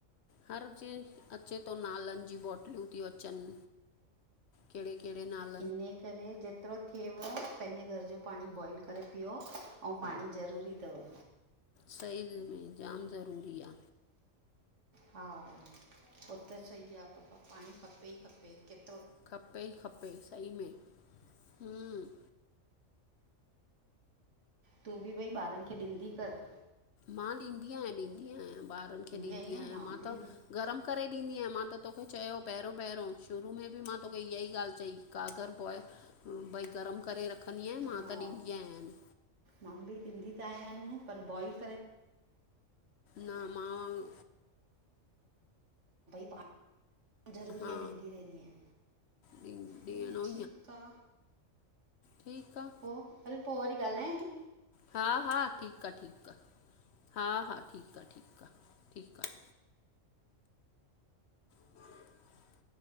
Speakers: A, on the left (about 65°); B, on the right (about 65°).
A: हर जे, अचे तो नालनि जी बोटलूं तियूं अचनि। कहिड़े कहिड़े नाल
B: इने करे जेतिरो थिएव पंहिंजे घर जो पाणी बॉइल करे पीओ, अऊं पाणी ज़रूरी तव।
A: सई में जाम ज़रूरी आ।
B: हा पो त सही आ बाबा, पाणी खपे ई खपे किथ
A: खपे ई खपे सही में। हूं
B: तूं बि भई ॿारनि खे ॾींदी कर।
A: मां ॾींदी आहियां, ॾींदी आहियां ॿारनि खे ॾींदी
B: आहीं न
A: आहियां, मां
B: बि
A: त गरम करे ॾींदी आहियां, मां त तोखे चयो पहिरों पहिरों, शुरू में बि मां तोखे इएं ई ॻाल्हि चई। काग़र बॉय भई गरम करे रखंदी आहियां मां
B: हा
A: त ॾींदी आहियां।
B: मां बि ॾिंदी त आया आहिनपर बॉइ
A: न मां
B: प <inaudible> जरूरी
A: हा
B: आहे ॾींदी रहंदी आहियां
A: ॾी
B: हलो
A: ॾियणो
B: ठीक आ।
A: ठीक आ।
B: पो हल पो वरी ॻाल्हायां थी।
A: हा- हा, ठीक आ- ठीक आ, हा-हा, ठीक आ- ठीक आ, ठीक आ। <inaudible>